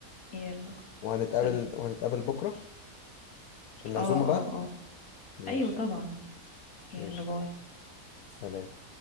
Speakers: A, on the left; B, on the left.
A: يلا
B: وهنتقابل
A: سلام
B: وهنتقابل بكره عشان العزومه
A: اه اه
B: بقى
A: اه
B: ماشي
A: أيوة طبعا يلا
B: ماشي
A: باي
B: سلام